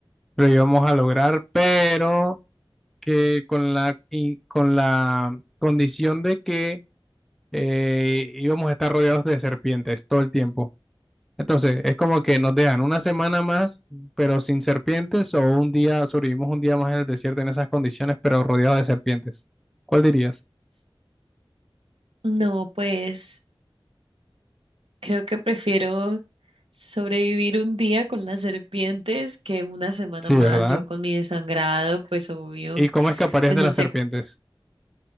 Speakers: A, in the centre; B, on the right.
A: lo íbamos a lograr, pero que con la, y con la condición de que eh, íbamos a estar rodeados de serpientes todo el tiempo. Entonces, es como que nos dejan una semana más, pero sin serpientes, o un día, sobrevivimos un día más en el desierto en esas condiciones, pero rodeados de serpientes. ¿Cuál dirías?
B: No, pues creo que prefiero sobrevivir un día con las serpientes que una semana
A: Sí,
B: más
A: ¿verdad?
B: yo con mi desangrado, pues obvio.
A: ¿Y cómo escaparías
B: Pues
A: de
B: nos
A: las
B: te-
A: serpientes?